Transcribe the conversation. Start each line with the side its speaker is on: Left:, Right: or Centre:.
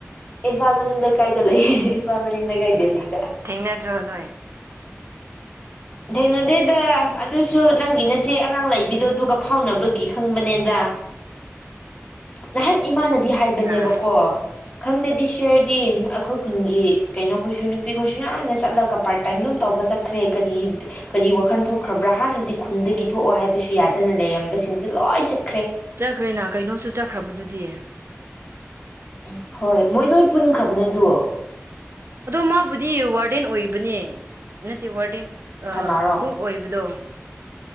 Left: ꯏꯟꯐꯥꯜ ꯃꯅꯤꯅꯤꯡ ꯂꯩ ꯀꯥꯏꯗꯦ ꯂꯩ ꯏꯟꯐꯥꯜ ꯃꯅꯤꯅꯤꯡ ꯂꯩ ꯀꯥꯏꯗꯦ ꯂꯩ
Right: ꯊꯦꯡꯅꯗ꯭ꯔꯣ ꯅꯣꯏ
Left: ꯊꯦꯡꯅꯗꯦꯗ ꯑꯗꯨꯁꯨ ꯅꯪꯒꯤ ꯅꯆꯦ ꯑꯉꯥꯡ ꯂꯩꯕꯤꯗꯣ ꯑꯗꯨꯒꯒ ꯐꯥꯎꯅꯕꯒꯤ ꯈꯪꯕꯅꯦꯗ ꯅꯍꯥꯟ ꯏꯃꯥꯅꯗꯤ ꯍꯥꯏꯕꯅꯦꯕꯀꯣ
Right: ꯑꯥ
Left: ꯅꯪꯗꯗꯤ ꯁꯤꯔꯗꯤ ꯑꯩꯈꯣꯏ ꯈꯨꯟꯒꯤ ꯀꯩꯅꯣ ꯈꯣꯏꯁꯨ ꯅꯨꯄꯤ ꯈꯣꯏꯁꯨ ꯌꯥꯝꯅ ꯆꯠꯂꯒ ꯄꯥꯔꯠ ꯇꯥꯏꯝ ꯂꯝ ꯇꯧꯕ ꯆꯠꯈ꯭ꯔꯦ ꯀꯔꯤ ꯀꯔꯤ ꯋꯥꯈꯜ ꯊꯣꯛꯈ꯭ꯔꯕ꯭ꯔꯥ ꯍꯥꯟꯅꯗꯤ ꯈꯨꯟꯗꯒꯤ ꯊꯣꯛꯑꯣ ꯍꯥꯏꯕꯁꯨ ꯌꯥꯗꯅ ꯂꯩꯔꯝꯕꯁꯤꯡꯁꯦ ꯂꯣꯏ ꯆꯠ
Right: ꯆꯠꯈ꯭ꯔꯦꯅꯥ ꯀꯩꯅꯣꯁꯨ ꯆꯠꯈ꯭ꯔꯕꯗꯨꯗꯤ
Left: ꯎ ꯍꯣꯏ ꯃꯣꯏ ꯂꯣꯏ ꯄꯨꯟꯈ꯭ꯔꯕ ꯅꯤꯅꯦ ꯗ
Right: ꯑꯗꯨꯗꯣ ꯃꯥꯕ ꯋꯥ ꯋꯥꯔꯗꯦꯟ ꯑꯣꯏꯕꯅꯦ ꯅꯠꯇꯦ ꯋꯥꯔꯗꯦꯟ
Left: ꯀꯅꯥꯔꯣ
Right: ꯀꯣꯛ ꯑꯣꯏꯕꯗꯣ